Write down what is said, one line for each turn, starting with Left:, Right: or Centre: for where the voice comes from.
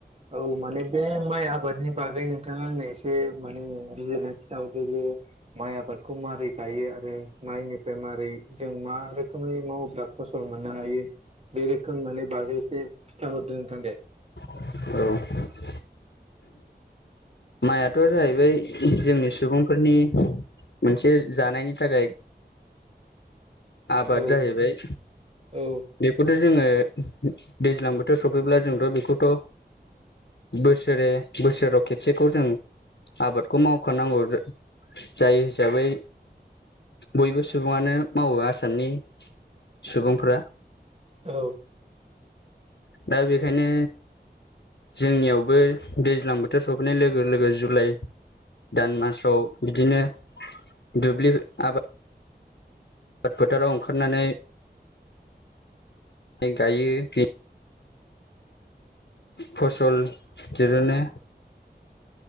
Right: औ माने बे माइ आबादनि बागै नोंथांङा आंनो एसे माने बिजिरना। खिथा हरदो जे। माइ आबादखौ मारै गायो आरो माइनिफ्राय मारै जों मा रोखोमै मावोब्ला। फसल मोननो हायो बे रोखोम माने बागै एसे खिथाहरदों नोंथां दे
Left: औ माइआथ' जाहैबाय जोंनि सुबुंफोरनि मोनसे जानायनि थाखाय आबाद
Right: औ
Left: जाहैबाय
Right: औ
Left: बेखौथ' जोङो दैज्लां बोथोर सफैब्ला जोंथ' बेखौथ' बोसोरे बोसोराव खे बसेखौ जों आबादखौ मावखानांगौ जा जायो हिसाबै बयबो सुबुङानो मावो आसामनि सुबुंफोरा
Right: औ
Left: दा बेखायनो जोंनियावबो दैज्लां बोथोर सोफैनाय लोगो-लोगो जुलाइ दान मासाव बिदिनो दुब्लि आबाद आबाद फोथाराव ओंखारनानै गायो बे फसल दिरुनो